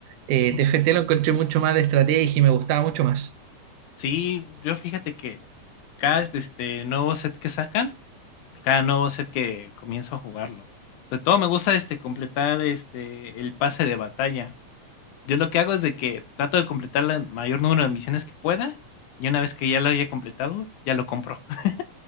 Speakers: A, on the right; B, on the left.
A: eh,
B: Ujú.
A: TFT lo encontré mucho más de estrategia y me gustaba mucho más.
B: Sí, yo fíjate que cada este nuevo set que sacan, cada nuevo set que comienzo a jugarlo. Sobre todo me gusta este completar este el pase de batalla. Yo lo que hago es de que trato de completar el mayor número de misiones que pueda y una vez que ya lo haya completado, ya lo compro. <laughs>